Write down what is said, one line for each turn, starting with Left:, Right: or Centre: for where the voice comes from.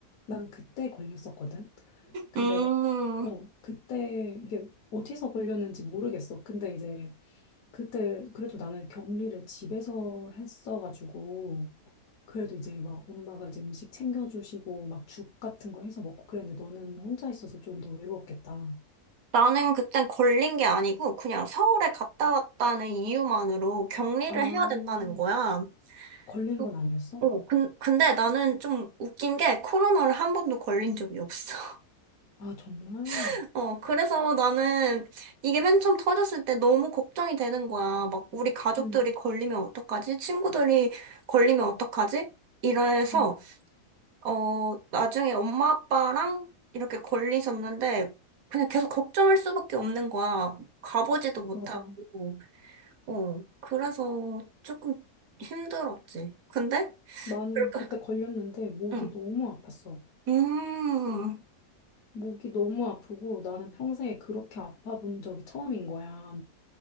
Left: 난 그때 걸렸었거든. 근데
Right: 음.
Left: 어 그때 이게 어디서 걸렸는지 모르겠어. 근데 이제 그때 그래도 나는 격리를 집에서 했어가지고 그래도 이제 막 엄마가 이제 음식 챙겨주시고 막 죽 같은 거 해서 먹고 그랬는데 너는 혼자 있어서 좀 더 외로웠겠다.
Right: 나는 그땐 걸린 게 아니고 그냥 서울에 갔다 왔다는 이유만으로 격리를
Left: 아,
Right: 해야 된다는 거야.
Left: 걸린
Right: 그-
Left: 건 아니었어?
Right: 어, 근, 근데 나는 좀 웃긴 게 코로나를 한 번도 걸린 적이 없어.
Left: 아, 정말?
Right: <laughs> 어, 그래서 나는 이게 맨 처음 터졌을 때 너무 걱정이 되는 거야. 막 우리 가족들이
Left: 응,
Right: 걸리면 어떡하지? 친구들이 걸리면 어떡하지? 이래서
Left: 응,
Right: 어, 나중에 엄마 아빠랑 이렇게 걸리셨는데, 그냥 계속 걱정할 수밖에 없는 거야. 가보지도 못하고,
Left: 맞아.
Right: 어, 그래서 조금 힘들었지. 근데,
Left: 나는
Right: 그러니까,
Left: 그때 걸렸는데 목이
Right: 응.
Left: 너무 아팠어.
Right: 음,
Left: 목이 너무 아프고 나는 평생에 그렇게 아파 본 적이 처음인 거야.